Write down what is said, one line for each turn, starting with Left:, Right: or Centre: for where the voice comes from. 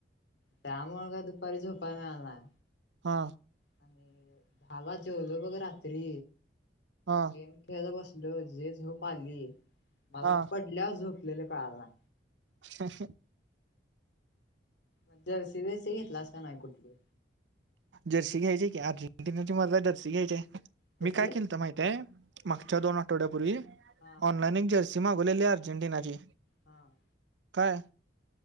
Left: त्यामुळं काय दुपारी झोपाय मिळालं नाय.
Right: हा.
Left: आणि दहाला जेवलो बघ रात्री
Right: हा
Left: गेम खेळत बस लो जे झोप आली मला
Right: हा
Left: पडल्यावर झोपलेलं कळाल नाय.
Right: ह ह.
Left: मग जर्सी बिर्सी घेतलास का नाय कुठली?
Right: जर्सी घ्यायची की अर्जेंटिनाची मर्दा जर्सी घ्यायचीय.
Left: कुठली
Right: मी काय केलतं माहितीयं मागच्या दोन आठवड्यापूर्वी
Left: हा
Right: ऑनलाइन एक जर्सी सी मागवलेली आहे अर्जेटिनाची.
Left: हा.
Right: काय